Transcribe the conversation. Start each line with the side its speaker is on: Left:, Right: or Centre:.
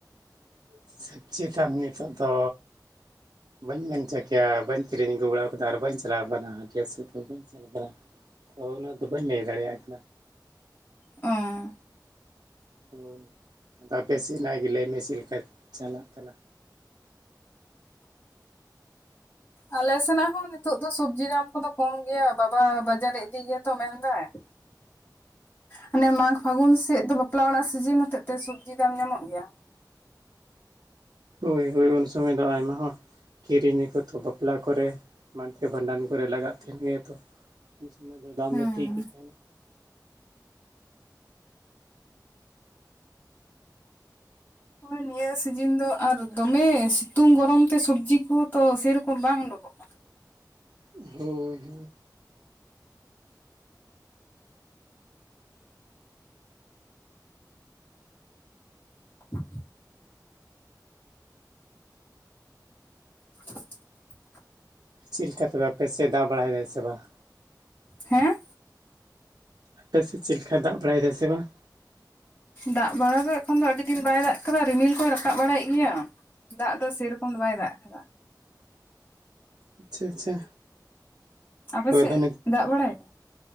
Right: <unintelligible> ᱡᱤ ᱱᱤᱛᱚᱜ ᱫᱚᱼᱼ ᱵᱟᱹᱧ ᱢᱮᱱ ᱦᱚᱪᱚ ᱠᱮᱭᱟ, ᱵᱟᱧ ᱠᱤᱨᱤᱧ ᱟᱹᱜᱩ ᱵᱟᱲᱟᱣᱟ ᱠᱟᱫᱟ ᱟᱨ ᱵᱟᱹᱧ ᱪᱟᱞᱟᱣ ᱟᱠᱟᱱᱟ ᱦᱟ. ᱴᱭᱟ. ᱥᱮᱜ ᱫᱚ ᱵᱟᱹᱧᱼᱼ <unintelligible> ᱛᱚ ᱩᱱᱟᱹᱜ ᱫᱚ ᱵᱟᱹᱧ ᱞᱟᱹᱭ ᱫᱟᱲᱮᱭᱟᱜ ᱠᱟᱱᱟ᱾
Left: ᱚᱸᱻ᱾
Right: ᱦᱚᱭ, ᱟᱯᱮ ᱥᱮᱜᱱᱟᱜ ᱜᱮ ᱞᱟᱹᱭ ᱢᱮ ᱪᱮᱜ ᱠᱟ ᱪᱟᱞᱟᱜ ᱠᱟᱱᱟ?
Left: ᱟᱞᱮ ᱥᱮᱱᱟᱜ ᱦᱚᱸ ᱱᱤᱛᱚᱜ ᱫᱚ ᱥᱚᱵᱡᱤ ᱫᱟᱢ ᱠᱚᱫᱚ ᱠᱚᱢ ᱜᱮᱭᱟ, ᱵᱟᱵᱟ ᱵᱟᱡᱟᱨᱮ ᱤᱫᱤ ᱜᱮᱭᱟᱛᱚ ᱢᱮᱱᱮᱫᱟᱭ ᱾ <inaudible> ᱦᱟᱱᱮ ᱢᱟᱜᱽ ᱯᱷᱟᱹᱜᱩᱱ ᱥᱮᱜ ᱫᱚ ᱵᱟᱯᱞᱟ ᱚᱲᱟᱜ ᱥᱤᱡᱤᱱ ᱦᱚᱛᱮᱜ ᱛᱮ ᱥᱚᱵᱽᱡᱤ ᱫᱟᱢ ᱧᱟᱢᱚᱜ ᱜᱮᱭᱟ᱾
Right: ᱦᱚᱭ ᱦᱚᱭ ᱩᱱ ᱥᱚᱢᱚᱭ ᱫᱚ ᱟᱭᱢᱟ ᱦᱚᱸᱼᱼ ᱠᱤᱨᱤᱧᱟ ᱠᱚᱛᱚ ᱵᱟᱯᱞᱟ ᱠᱚᱨᱮ ᱮᱢᱟᱱᱛᱮ ᱵᱷᱟᱸᱰᱟᱱ ᱠᱚᱨᱮ ᱞᱟᱜᱟᱜ ᱛᱟᱦᱮᱱ ᱜᱮᱭᱟ ᱛᱚᱼᱼ ᱩᱱ ᱥᱚᱢᱚᱭ ᱫᱚ ᱫᱟᱢ
Left: ᱦᱩᱸ
Right: ᱫᱚ ᱴᱷᱤᱠ ᱜᱮ ᱛᱟᱦᱮᱸᱱᱟ᱾
Left: ᱦᱚᱭ ᱱᱤᱭᱟᱹ ᱥᱤᱡᱤᱱ ᱫᱚ ᱟᱨ ᱫᱚᱢᱮ ᱥᱤᱛᱩᱝ ᱜᱚᱨᱚᱢ ᱛᱮ ᱥᱚᱵᱽᱡᱤ ᱠᱚᱦᱚᱸ ᱛᱚ ᱥᱮᱨᱚᱠᱚᱢ ᱵᱟᱝ ᱚᱰᱚᱝᱚᱼᱜ ᱾
Right: ᱦᱚᱭ ᱦᱚᱭ ᱾
Left: <inaudible> <inaudible>
Right: ᱪᱤᱜ ᱞᱮᱠᱟ ᱛᱚᱵᱮ ᱟᱯᱮ ᱥᱮᱜ ᱫᱟᱜ ᱵᱟᱲᱟᱭᱮᱫᱟᱭ ᱥᱮ ᱵᱟᱝᱼᱟ?
Left: ᱦᱮᱸ?
Right: ᱟᱯᱮ ᱥᱮᱜ ᱪᱮᱜ ᱠᱟ ᱫᱟᱜ ᱵᱟᱲᱟᱭᱮᱫᱟᱭ ᱥᱮ ᱵᱟᱝᱼᱟ?
Left: ᱫᱟᱜ ᱵᱟᱲᱟ ᱫᱚ ᱮᱠᱷᱚᱱ ᱫᱚ ᱟᱹᱰᱤ ᱫᱤᱱ ᱵᱟᱭ ᱫᱟᱜ ᱟᱠᱟᱫᱟ, ᱨᱤᱢᱤᱞ ᱠᱚᱭ ᱨᱟᱠᱟᱵ ᱵᱟᱲᱟᱭᱮᱜ ᱜᱮᱭᱟ᱾ ᱫᱟᱜ ᱫᱚ ᱥᱮᱨᱚᱠᱚᱢ ᱫᱚ ᱵᱟᱭ ᱫᱟᱜ ᱟᱠᱟᱫᱟ᱾
Right: ᱟᱪᱪᱷᱟ ᱟᱪᱪᱷᱟ᱾
Left: ᱟᱯᱮ
Right: ᱦᱳᱭ
Left: ᱥᱮᱜ
Right: ᱟᱫᱚ
Left: ᱫᱟᱜ ᱵᱟᱲᱟᱭᱮᱼᱟᱭ?